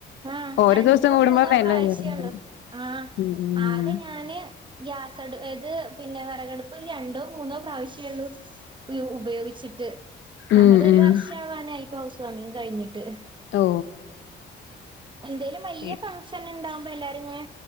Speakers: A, on the right (about 25°); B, on the left (about 70°).
A: ആഹ്
B: ഓരോ
A: രണ്ടോ
B: ദിവസം കൂടുമ്പോ
A: മൂന്ന്
B: വില
A: പ്രാവിശ്യേ
B: കൂടുന്നു
A: ഉള്ളൂ ആഹ്
B: ഉം ഉം
A: ആകെ ഞാന് ഗ്യാസ് <unintelligible> എത് പിന്നെ വിറകടുപ്പ് ഒരു രണ്ടോ മൂന്നോ പ്രാവശ്യേ ഇള്ളൂ ഉപയോഗിച്ചിട്ട് നമ്മളത്
B: ഉം ഉം
A: ഒരു വർഷം ആവാനായിപ്പോ ഹൗസ്‌ സ്‌ വാണിങ്ങ് കഴിഞ്ഞിട്ട്
B: ഓ
A: എന്തേലും വലിയ
B: ശരി
A: ഫങ്ങ് ഇണ്ടാവമ്പം എല്ലാരുങ്ങനെ